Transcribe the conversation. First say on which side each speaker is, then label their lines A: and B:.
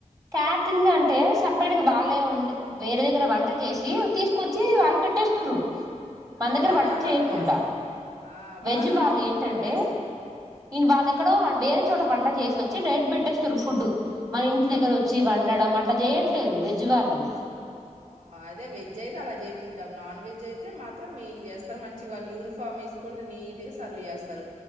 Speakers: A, on the right; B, on the right.
A: క్యాటరింగ్ అంటే స. అప్పటికి వాళ్ళే ఉండి, వేరే దగ్గర వంట చేసి తీసుకొచ్చి వాళ్ళు పెట్టేస్తుర్రు. మన
B: అదే
A: దగ్గర
B: అదే
A: వంట
B: అలా
A: చేయకుండా.
B: కూడా చేస్తారు ఆ
A: వెజ్
B: వాళ్ళే
A: వాళ్ళు
B: మొత్తం
A: ఏంటంటే.
B: పెట్టేస్తారు
A: ఇన్ వాళ్ళెక్కడో వేరే చోట. వంట చేసి వచ్చి డైరెక్ట్ పెట్టేస్తారు. ఫుడ్ మన ఇంటి దగ్గర వచ్చి వండడం, అట్లా చేయట్లేరు వెజ్ వాళ్లు హలోస్
B: ఆ అదే వెజ్ అయితే అలా చేపిద్దాం. నాన్ వెజ్ అయితే మాత్రం మీరు చేస్తారు. మంచి వాళ్ళ యూనిఫామ్ వేసుకొని. నీట్ గా సర్వ్ చేస్తారు.